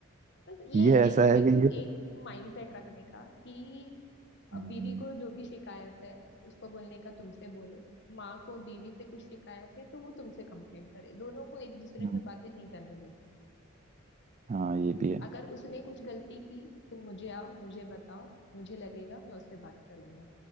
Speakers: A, on the left; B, on the right.
A: बस यही
B: ये ऐसा
A: एक देखो
B: है कि ये
A: एक माइंडसेट रखने का कि
B: हम्म,
A: बीवी को जो भी शिकायत है उसको बोलने का तुमसे बोले माँ को बीवी से कुछ शिकायत है तो वो तुमसे कंप्लेंट करे दोनों को एक दूसरे
B: हम्म,
A: में बातें नहीं करने देनी
B: हाँ ये भी है
A: अगर उसने कुछ गलती की तुम मुझे आओ मुझे बताओ मुझे लगेगा मैं उससे बात करूंगा